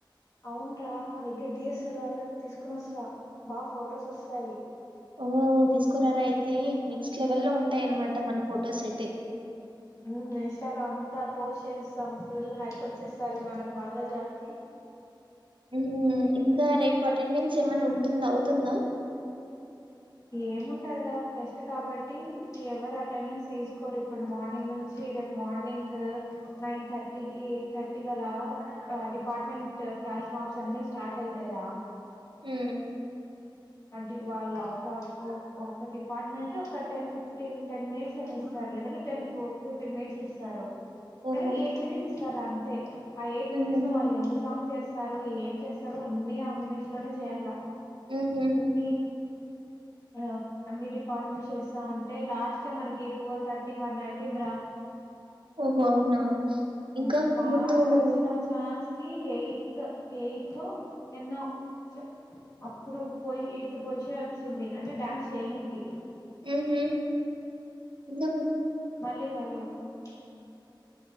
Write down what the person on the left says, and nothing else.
అవును రా నాదగ్గర డిఎస్ఎల్ఆర్ తీసుకొని వస్తా బా ఫొటోస్ వస్తాయి
ఉమ్ ఇంస్టాలో అంతా పోస్ట్ చేసేస్తాం ఫుల్ హైప్ వచ్చేస్తాది మన కాలేజ్ ఆనికి
ఏముంటది రా ఫెస్ట్ కాబట్టి ఎవరు అటెండెన్స్ ఎసుక్కోరు, ఇప్పుడు మార్నింగ్ నుంచి రేపు మార్నింగ్, నైన్ థర్టీకి ఎయిట్ థర్టీ అలా డిపార్ట్మెంట్ ఫ్లాష్ మాప్స్ అన్ని స్టార్ట్ అయితయ్ రా
అడి వాళ్ళ ఒక ఒ ఒక డిపార్టమెంట్లో ఒక టెన్ ఫిఫ్టీన్ టెన్ మినిట్స్ మె ఇస్సారులే లేదంటే టెన్ పో ఫిఫ్టీన్ మినిట్స్ ఇస్సారు.
ఎరన్ ఏట్ మినిట్స్ ఇస్సార అం తే ఆ ఎయిట్
మినిట్స్ లో వాళ్ళెన్ని సాంగ్ చేస్సారొ ఏం చేస్సారో అన్ని ఆ మినిట్స్ లోనే చేయాల
ని అ అన్ని డిపార్ట్మెంట్స్ చేస్సా ఉంటే లాస్టె మనకి టువల్ థర్టీ వన్ అయిపెందిరా
ఆ మాకొచ్చిన
ఛాస్ కి ఎయిత్ ఎయితొ ఎన్నో చ్, అప్పుడు పోయ్ ఎయిత్ పోసిన్ వచ్చింది. అంటే డ్యాన్స్ చేనికి
మళ్ళీ వాళ్ళు ఉ